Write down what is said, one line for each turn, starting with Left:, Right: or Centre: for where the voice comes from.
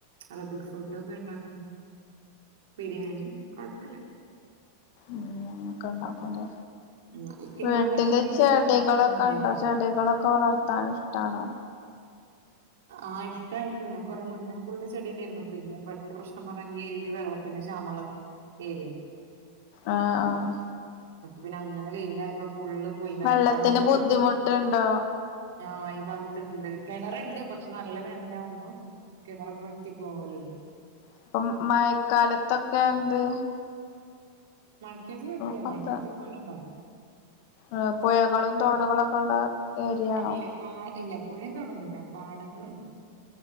Right: അറബിക് ഫുഡക്കെണ്ടാക്കും ബിരിയാണി കൊഴപ്പല്ല
Left: മം കണ്ടകൂലെ
Right: എനിക്ക്
Left: വീട്ടില്
Right: ഞാൻ ഉണ്ടാക്കിയതിൽ ഏറ്റവും
Left: ചെടികളൊക്കെണ്ടോ
Right: ഇഷ്ടം മന്തിയാട്ടോ
Left: ചെടികളൊക്കെ വളർത്താൻ ഇഷ്ടണോ
Right: ആ ഇഷ്ടായിരുന്നു ഞാൻ കുറെ മുന്നേ ഫുള്ള് ചെടിണ്ടേയിരുന്നു പിന്നെ വെള്ളത്തിൻ്റെ പ്രശ്നം പറഞ്ഞാ ഈ ഏരിയൽ വെള്ളത്തിന് ക്ഷാമള്ളത് ഏരിയെ
Left: ആ ആ
Right: പിന്നെ അങ്ങനെ വെയിലായപ്പൊ ഫുള്ള് പോയി നനക്കാണ്
Left: വെള്ളത്തിന്
Right: നമുക്ക്
Left: ബുദ്ധിമുട്ടുണ്ടോ
Right: കുട് ആ ഈ ഭാഗത്തുണ്ട് കെണറെ ണ്ട് പക്ഷെ നല്ല വേനലാകുമ്പോ കിണറൊക്കെ വറ്റിപ്പോകല്ണ്ട്
Left: ഇപ്പം മഴക്കാലത്തൊക്കെന്ത്
Right: മഴക്കാലത്ത് കുഴപ്പമില്ല
Left: കുഴപ്പല്ല
Right: മഴക്കാലത്തൊക്കെ വെള്ളം ഉണ്ടാവും
Left: ആ പുഴകളും തോടുകളൊക്കെള്ള ഏരിയാണോ
Right: അല്ല പാ ഇല്ല എപ്പൊഴെം തൊടങ്ങൂല്ല പാടങ്ങള്ണ്ട്.